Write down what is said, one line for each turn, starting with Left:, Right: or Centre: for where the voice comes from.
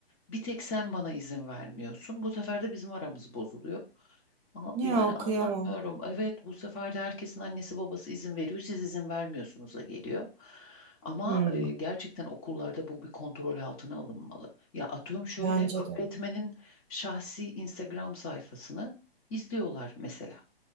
Left: Bir tek sen bana izin vermiyorsun. Bu sefer de bizim aramız bozuluyor. Ama
Right: Ya
Left: Yani
Right: kıyamam.
Left: anlamıyorum. Evet, bu sefer de herkesin annesi babası izin veriyor. Siz izin vermiyorsunuz'a geliyor. Ama
Right: Hmm,
Left: e, gerçekten okullarda bu bir kontrol altına alınmalı. Ya atıyorum şöyle
Right: bence de.
Left: öğretmenin şahsi Instagram sayfasını izliyorlar mesela.